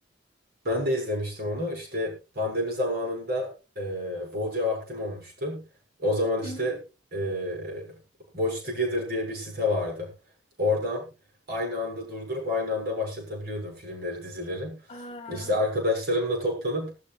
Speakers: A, on the right; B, on the left.
A: ben de izlemiştim onu. İşte pandemi zamanında eee, bolca vaktim olmuştu. O zaman işte
B: Hı hı.
A: eee Watch Together diye bir site vardı. Oradan aynı anda durdurup aynı anda başlatabiliyordum filmleri, dizileri.
B: Aa,
A: İşte arkadaşlarımla toplanıp